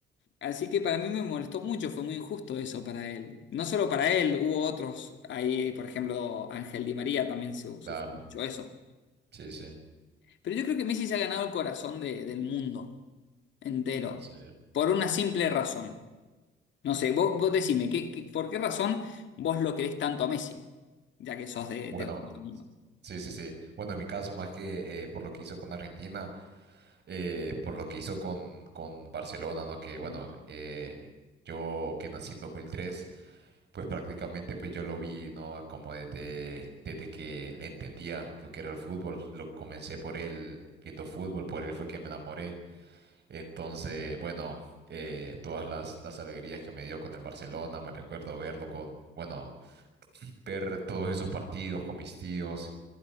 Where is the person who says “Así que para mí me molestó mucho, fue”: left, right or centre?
Left